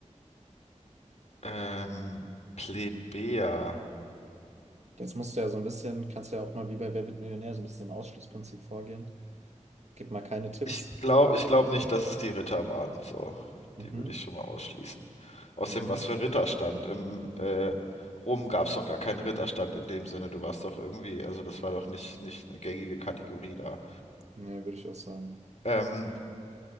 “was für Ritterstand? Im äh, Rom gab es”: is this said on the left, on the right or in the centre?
Left